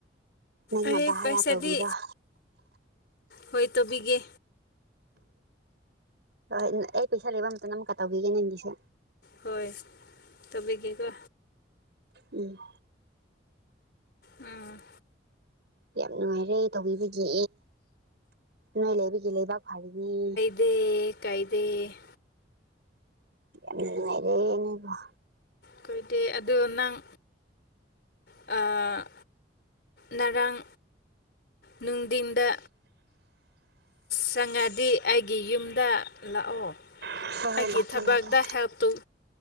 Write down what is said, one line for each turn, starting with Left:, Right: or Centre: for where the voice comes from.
Right: ꯅꯪꯅ
Left: ꯑꯩ
Right: ꯚꯔꯥ
Left: ꯄꯩꯁꯥꯗꯤ
Right: ꯇꯧꯕꯤꯔꯣ
Left: ꯍꯣꯏ ꯇꯧꯕꯤꯒꯦ
Right: ꯍꯣꯏ ꯑꯩ ꯄꯩꯁꯥ ꯂꯩꯕ ꯃꯇꯝꯗ ꯑꯃꯨꯛꯀ ꯇꯧꯕꯤꯒꯦ ꯅꯪꯒꯤꯁꯦ
Left: ꯍꯣꯏ ꯇꯧꯕꯤꯒꯦꯀꯣ
Right: ꯎꯝ
Left: ꯎꯝ
Right: ꯌꯥꯝ ꯅꯨꯡꯉꯥꯏꯔꯦ ꯇꯧꯕꯤꯕꯒꯤ ꯅꯣꯏ ꯂꯩꯕꯒꯤ ꯂꯩꯕꯥꯛ ꯐꯔꯤꯅꯦ
Left: ꯗ‌ꯦ ꯀꯥꯏꯗ‌ꯦ
Right: ꯌꯥꯝꯅ ꯅꯨꯡꯉꯥꯏꯔ‌ꯦ ꯅ‌ꯣꯏꯕ‌ꯣ
Left: ꯈ‌ꯣꯏꯗꯦ ꯑꯗꯨ ꯅꯪ ꯑ ꯅꯔꯡ ꯅꯨꯡꯗꯤꯟꯗ ꯆꯪꯉꯗꯤ ꯑꯩꯒꯤ ꯌꯨꯝꯗ ꯂꯥꯛꯑꯣ
Right: ꯍꯣꯏ ꯍꯣꯏ
Left: ꯑꯩꯒꯤ
Right: ꯂꯥꯛꯀꯦ
Left: ꯊꯕꯛꯇ
Right: ꯂꯥꯛꯀꯦ
Left: ꯍꯦꯜꯞ ꯇꯧ